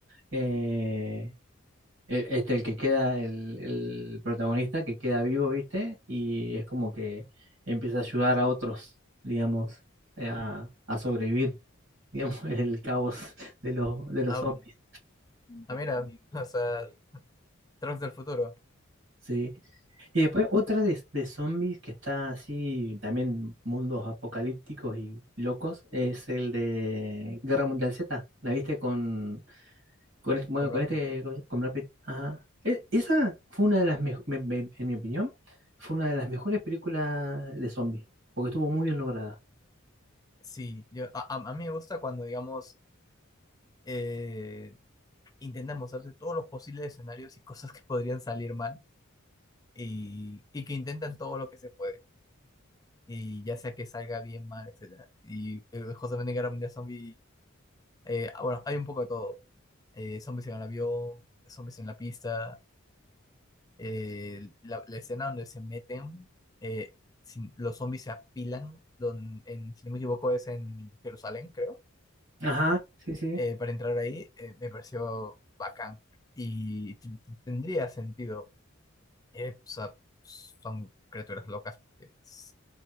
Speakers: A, on the right; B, on the left.
A: eh, e- Este, el que queda, el, el protagonista que queda vivo, ¿viste? Y es como que empieza a ayudar a otros, digamos, eh, a, a sobrevivir, digamos, <laughs> en el caos de los, de los
B: Ah,
A: zombies,
B: ah, mira, <laughs> o sea, Trunks del futuro,
A: ¿sí? Y después otra de, de zombies que está así, también mundos apocalípticos y locos, es el de Guerra Mundial Z. ¿La viste con Con, es- bueno,
B: con Brad
A: con este,
B: Pitt.
A: con, con Brad Pitt. Ajá. E- esa fue una de las mejores, en mi opinión, fue una de las mejores películas de zombies, porque estuvo muy bien lograda.
B: Sí, yo, a, a- a mí me gusta cuando, digamos, eh, intentan mostrarse todos los posibles escenarios y cosas que podrían salir mal y, y que intentan todo lo que se puede. y ya sea que salga bien, mal, etcétera. Y eh, justamente en Guerra Mundial Zombie, eh, ah, bueno, hay un poco de todo. Eh, zombies en el avión, zombies en la pista, eh, la, la escena donde se meten, eh, sin- los zombies se apilan, don- en, si no me equivoco es en Jerusalén, creo.
A: Ajá, sí, sí.
B: Eh, para entrar ahí eh, me pareció bacán y t- t- tendría sentido. Eh, o sea, son criaturas locas que s-